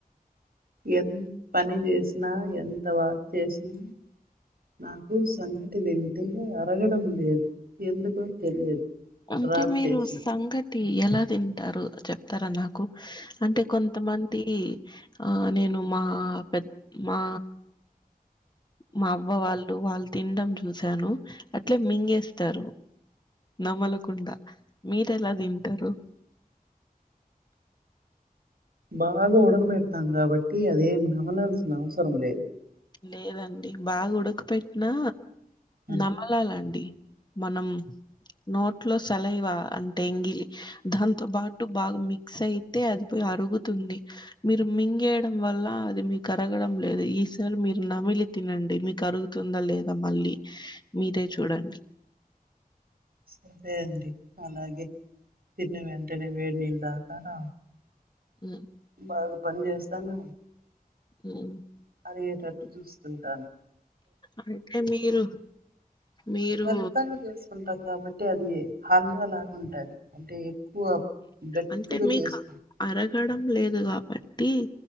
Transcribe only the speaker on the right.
ఎంత పని చేసినా ఎంత వాక్ చేసినా నాకు సంగటి తింటే అరగడం లేదు ఎందుకో తెలియదు
డ్రాప్
చేసిన
బాగా ఉడక పెడతాం కాబట్టి అదేం నమలాల్సిన అవసరం లేదు
ఆ,
సరే అండి అలాగే తిన్న వెంటేనే వేడి నీళ్లు తాగుతారా
బాగా పని చేస్తానా
అరిగేటట్టు చూస్తుంటాను
మెత్తగా చేసుకుంటాం కాబట్టి అది హల్వా లాగా ఉంటుంది అంటే ఎక్కువ గట్టిగా
చేసుకోం.